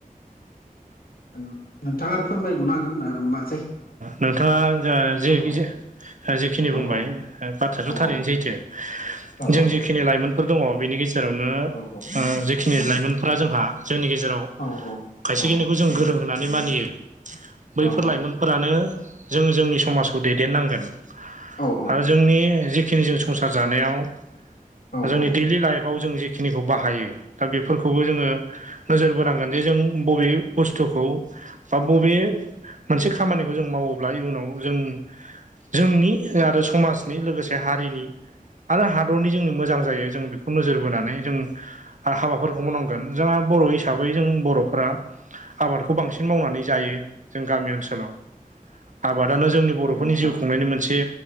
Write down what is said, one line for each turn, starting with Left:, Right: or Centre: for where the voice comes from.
Left: ओ नोंथाङा आरो फोरमायबावनो हागोन आरो म
Right: नोंथाङा जा जेखि
Left: औ
Right: जे अ जेखिनि
Left: औ
Right: बुंबाय
Left: औ
Right: बाथ्रायाथ'
Left: औ
Right: थारैनो सैथो
Left: औ
Right: जों जिखिनि लाइमोनफोर दङ बेनि गेजेरावनो
Left: औ
Right: जेखिनि लाइमोनफोरा जोंहा जोंनि गेजेराव अ
Left: औ।
Right: खायसे
Left: औ
Right: खिनिखौ जों गोरों होननानै मानियो बैफोर
Left: औ
Right: लाइमोन फोरानो जों जोंनि समाजखौ दैदेननांगोन।
Left: औ औ।
Right: आरो जोंनि जिखिनि जों संसार जानायाव
Left: औ औ
Right: जोंनि
Left: औ
Right: दैलि लाइफआव जों जिखाखौ खौ बाहायो दा बेफोरखौबो जोङो नोजोर बोनांगोन जे जों बबे बुस्थुखौ बा बबे मोनसे खा खामानिखौ जों मावोब्ला इयुनाव जों जोंनि आरो समाजनि लोगोसे हारिनि आरो हादरनि जोंनि मोजां जायो जों बेखौबो नोजोर बोनानै जों आरो हाबाफोरखौ मावनांगोन जोंहा बर' हिसाबै जों बर'फोरा आबादखौ बांसिन मावनानै जायो जों गामि ओनसोलाव आबादानो जोंनि बर'फोरनि
Left: नंगौ नोंथां
Right: जिउ खुंनायनि मोनसे